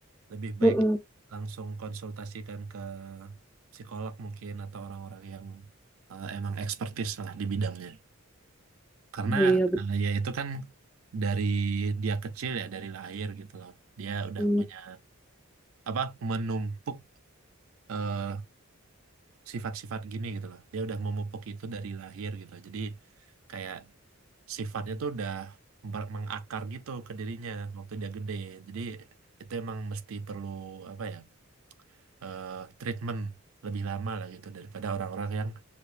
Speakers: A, on the right; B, in the centre.
A: lebih baik
B: Mm-mm.
A: langsung konsultasikan ke psikolog mungkin atau orang-orang yang eh, emang ekspertis lah di bidangnya karena
B: Oh iya
A: eh, ya itu kan dari dia kecil ya dari lahir gitu loh dia udah
B: betul.
A: punya apa menumpuk eh, sifat-sifat gini gitu loh dia udah memupuk itu dari lahir gitu loh. jadi kayak sifatnya tuh udah ber- mengakar gitu ke dirinya waktu dia gede. Jadi itu emang mesti perlu apa ya eh, treatment lebih lama lah gitu daripada orang-orang yang